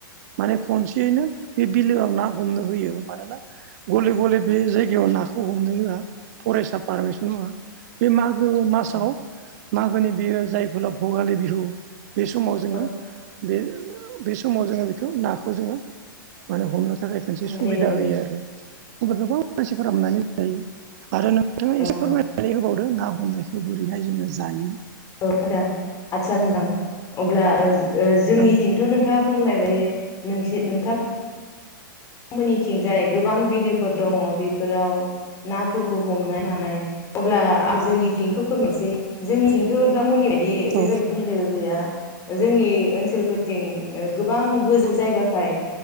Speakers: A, on the right; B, on the left.
A: माने खनसेयैनो बे बिलोआव ना हमनो होयो मानोना गले गले बे जायगायाव नाखौ हमनो होआ फरेस्टआ पारमिसन होआ। बे मागो मासाव
B: औ
A: मागोनि बियो जायफोरा भगालि बिहु बे समाव
B: औ
A: जोङो बे बे समाव जोङो बेखौ नाखौ जोङो माने हमनो थाखाय मोनसे
B: हमनाय
A: सुबिदा
B: जायो
A: होयो आरो। ओमफ्राय गोबां मानसिफोर हाबनानै जायो आरो नोंथाङा एसे
B: आरोना
A: फोरमाय नानै होबावदो, ना हमनायखौ बोरैहाय जोङो जायो।
B: अ' आदा आथसा नोंथां अब्ला ओ जोंनिथिंथ'
A: औ
B: नोथाङा फोरमायबाय जे नोंसि-नोंथां मोनिथिंजाय गोबां बिलोफोर दङ' बेफोराव नाफोरखौ हमनाय मानाय अब्ला आं जोंनि थिंखौ फोरमायसै, जोंनिथिंथ' नोंथांमोननि बायदि बेबाय
A: औ
B: बिलो गैया जोंनि ओनसोलफोरथिं ओ गोबां गोजौ जायगाखाय